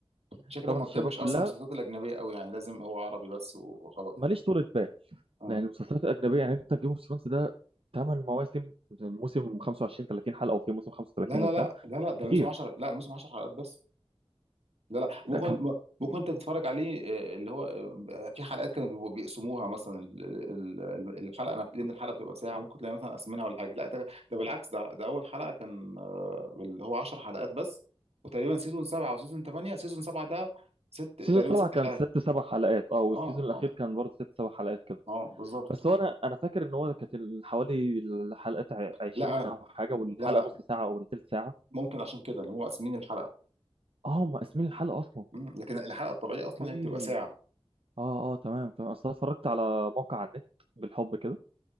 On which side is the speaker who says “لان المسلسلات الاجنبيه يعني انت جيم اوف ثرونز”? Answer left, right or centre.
Right